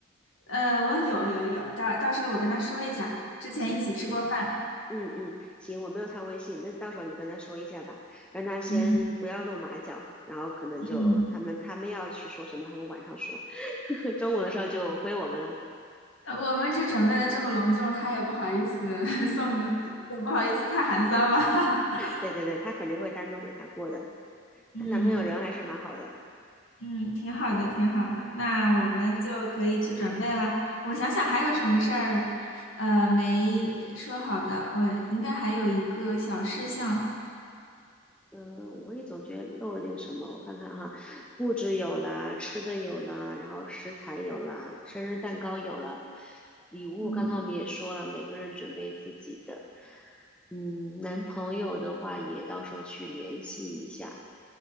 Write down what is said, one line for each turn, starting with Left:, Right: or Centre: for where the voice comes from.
Left: 呃，我有有有，到到时候我跟他说一下，之前一起吃过饭。
Centre: 行，嗯嗯，行，我没有她微信，那到时候你跟她说一下吧，让她先不要露马脚，
Left: 嗯
Centre: 然后可能就他们他们要去说什么，
Left: 嗯。
Centre: 他们晚上说，<laughs> 中午的时候就归我们了。
Left: 呃我们这准备的这么隆重，他也不好意思 <laughs> 送，也不好意思太寒酸吧。<laughs>
Centre: 对对对，她肯定会单独给他过的。
Left: 嗯
Centre: 她男朋友人还是蛮好的，
Left: 嗯，挺好的，挺好的。那我们就可以去准备啦。我想想还有什么事儿，呃，没说好的。我应该还有一个小事项。
Centre: 嗯，我也总觉得漏了点什么，我看看哈，布置有了，吃的有了，然后食材有了，生日蛋糕有了，礼物刚才我们也说了，
Left: 嗯
Centre: 每个人准备自己的。嗯，男朋友的话也到时候去联系一下，